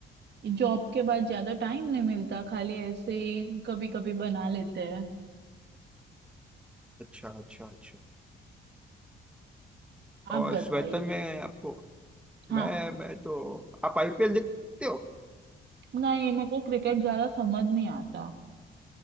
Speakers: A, on the right; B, in the centre.
A: जॉब के बाद ज्यादा टाइम नहीं मिलता खाली ऐसे ही कभी कभी बना लेते हैं
B: अच्छा अच्छा अच्छा और
A: आप बताइए
B: स्वेटर में आपको
A: हाँ
B: मैं मैं तो आप आईपीएल देखते हो
A: ना ये मेरे को क्रिकेट ज्यादा समझ नहीं आता